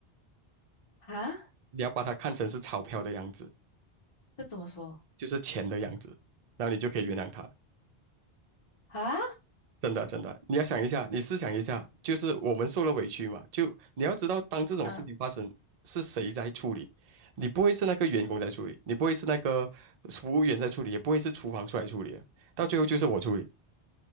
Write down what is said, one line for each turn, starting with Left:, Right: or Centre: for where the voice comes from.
Left: 啊？
Right: 你要把它看成是钞票的样子，
Left: 这怎么说
Right: 就是钱的样子，然后你就可以原谅他。
Left: 啊？
Right: 真的，真的，你要想一下，你思想一下，就是我们受了委屈嘛，就你要知道，当这种事情发生，
Left: 嗯，
Right: 是谁在处理？你不会是那个员工在处理，你不会是那个服务员在处理，也不会是厨房出来处理的，到最后就是我处理。